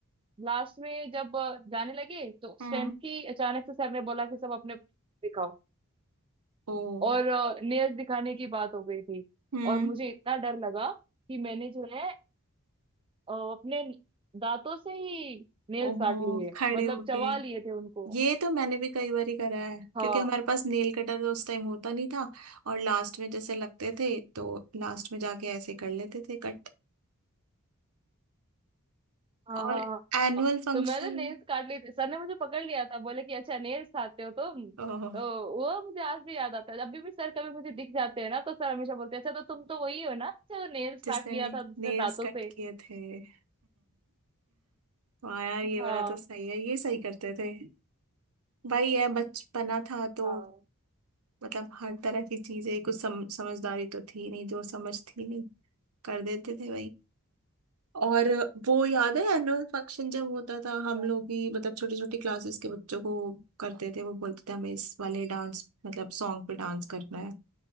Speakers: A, on the right; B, on the right.
A: लास्ट में जब अ, जाने लगे तो उस
B: हम्म,
A: टाइम की अचानक से सर ने बोला कि सब अपने दिखाओ
B: ओ
A: और नेल्स दिखाने की बात हो गई थी
B: हम्म।
A: और मुझे इतना डर लगा कि मैंने जो है अ, अपने दांतों से ही नेल्स
B: ओहो
A: काट लिए
B: खड़े
A: मतलब
B: होके
A: चबा लिए थे उनको
B: ये तो मैंने भी कई बार ही करा है
A: हाँ
B: क्योंकि हमारे पास नेल कटर तो उस टाइम होता नहीं था और लास्ट में जैसे लगते थे तो लास्ट में जाके ऐसे कर लेते थे कट
A: हाँ
B: और
A: हाँ हाँ
B: एनुअल
A: हाँ।
B: फंक्शन
A: तो मैंने नेल्स काट लिए थे सर ने मुझे पकड़ लिया था बोले कि अच्छा नेल्स खाते हो तुम
B: ओह,
A: तो वो मुझे आज भी याद आता है जब भी, भी सर कभी मुझे दिख जाते हैं ना तो सर हमेशा बोलते हैं अच्छा तो तुम तो वही हो ना अच्छा नेल्स
B: जिसने
A: काट लिया था जिसमें
B: नेल्स
A: दांतों
B: कट
A: से
B: किए थे <laughs> वाह यार ये
A: हाँ
B: वाला तो सही है ये सही करते थे भाई ये बचपना था तो
A: हाँ
B: मतलब हर तरह की चीजें कुछ सम, समझदारी तो थी नहीं जो समझ थी नहीं कर देते थे और वो याद है एनुअल फंक्शन जब होता था हम
A: हाँ
B: लोग भी मतलब छोटी छोटी क्लासेस के बच्चों को करते थे वो बोलते थे हमें इस वाले डांस मतलब सॉन्ग पे डांस करना है